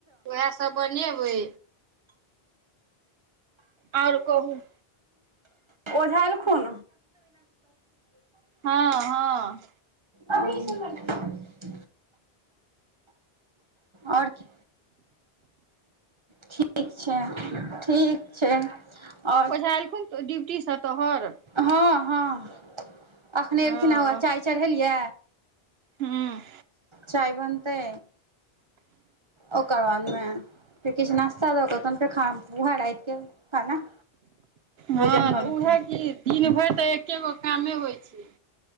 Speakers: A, on the right; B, on the right.
A: उहै सभ बनेबै आओर कहु
B: ओझा एलखुन
A: हँ हँ
B: अभी ई सब आओर कि ठीक छै ठीक छै आओर
A: ओझा एलखुन ओ ड्यूटी स तोहर
B: हँ हँ अखने
A: ह
B: एलखिन हँ हवै चाय चढ़ेलियै
A: ह
B: चाय बनतै ओकर बाद मे फेर किछु नास्ता दऽ के तन फेर खाना उहै राति खाना भोजन
A: हँ
B: बनतै
A: तऽ उहै कि दिन भरि तऽ एके गो कामे होइ छै